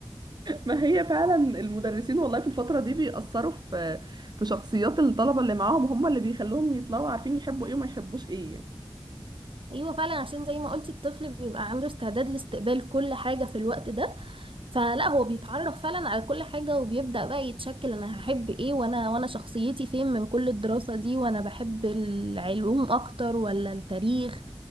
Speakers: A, on the right; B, on the right.
A: ما هي فعلا المدرسين والله في الفترة دي بيأثروا في في شخصيات الطلبة اللي معاهم هم اللي بيخلوهم يطلعوا عارفين يحبوا ايه وما يحبوش ايه يعني.
B: ايوه فعلا عشان زي ما قلتي الطفل بيبقى عنده استعداد لاستقبال كل حاجة في الوقت ده فلا هو بيتعرف فعلا على كل حاجة وبيبدأ بقى يتشكل انا هحب ايه وانا وانا شخصيتي فين من كل الدراسة دي وانا بحب العلوم اكتر ولا التاريخ